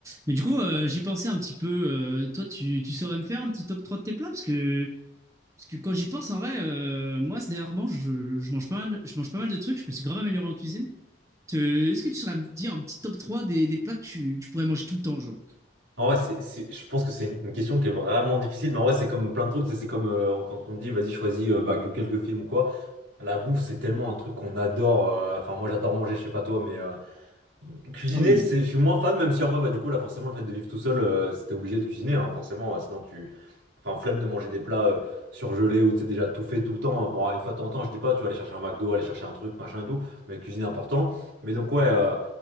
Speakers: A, on the right; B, on the right.
A: Mais du coup, euh, j'y pensais un petit peu. euh, toi, tu, tu saurais me faire un petit top 3 de tes plats? Parce que, parce que quand j'y pense, en vrai, euh, moi, ces dernièrement, je, je mange pas mal, je mange pas mal de trucs. Je me suis grave amélioré en cuisine. Te- Est-ce que tu saurais me dire un petit top 3 des, des plats que tu, tu pourrais manger tout le temps, genre?
B: En vrai, c'est, c'est- je pense que c'est une une question qui est vraiment difficile, mais en vrai, c'est comme plein de trucs. C'est c'est comme euh, on- quand on dit, vas-y, choisis euh, bah, que quelques films ou quoi. La bouffe, c'est tellement un truc qu'on adore. euh, Enfin, moi, j'adore manger, je sais pas toi, mais euh, Cuisiner,
A: Ah oui.
B: c'est, je suis moins fan, même si en vrai, bah, du coup, là, forcément, le fait de vivre tout seul, euh, c'était obligé de cuisiner, hein, forcément, euh, sinon tu. Enfin, flemme de manger des plats euh, surgelés ou tu sais déjà tout fait tout le temps. hein. Bon, une fois de temps en temps, je dis pas, tu vas aller chercher un McDo, aller chercher un truc, machin et tout, mais cuisiner important. Mais donc, ouais, euh,